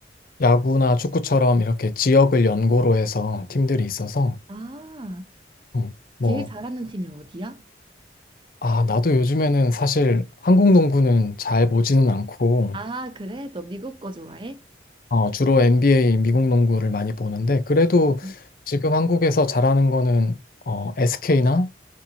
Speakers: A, on the left; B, on the right.
A: 야구나 축구처럼 이렇게 지역을 연고로 해서 팀들이 있어서,
B: 아,
A: 음, 뭐,
B: 제일 잘하는 팀이 어디야?
A: 아, 나도 요즘에는 사실 한국 농구는 잘 보지는 않고,
B: 아, 그래? 너 미국 거 좋아해?
A: 어, 주로 NBA 미국 농구를 많이 보는데, 그래도
B: 어.
A: 지금 한국에서 잘하는 거는 어, SK나